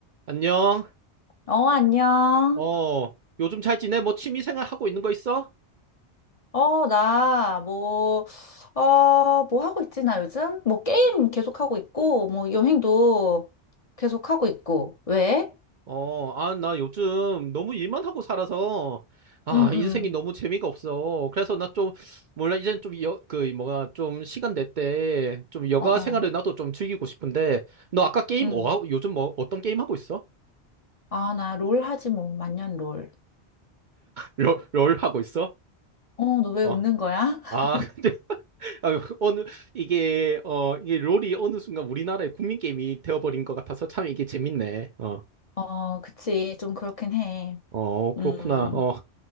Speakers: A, on the right; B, on the left.
A: 안녕.
B: 어, 안녕.
A: 어, 요즘 잘 지내? 뭐 취미 생활 하고 있는 거 있어?
B: 어, 나, 뭐, 어, 뭐 하고 있지, 나 요즘? 뭐, 게임 계속하고 있고, 뭐, 여행도 계속하고 있고. 왜?
A: 어, 아, 나 요즘 너무 일만 하고 살아서, 아,
B: 응,
A: 인생이
B: 응,
A: 너무 재미가 없어. 그래서 나 좀, 몰라, 이젠 좀, 여, 그, 뭐가 좀 시간 될 때, 좀 여가
B: 어, 어,
A: 생활을 나도 좀 즐기고 싶은데, 너 아까 게임
B: 응.
A: 뭐, 하고- 요즘 뭐, 어떤 게임 하고 있어?
B: 아, 나 롤 하지, 뭐, 만년 롤.
A: 롤, 롤 하고 있어?
B: 어, 너 왜
A: 어.
B: 웃는 거야?
A: 아,
B: <laughs>
A: <laughs> 근데, 아, 어느, 이게, 어, 이게 롤이 어느 순간 우리나라의 국민 게임이 되어버린 것 같아서 참 이게 재밌네. 어.
B: 어, 그치, 좀 그렇긴 해.
A: 어, 그렇구나.
B: 음,
A: 어,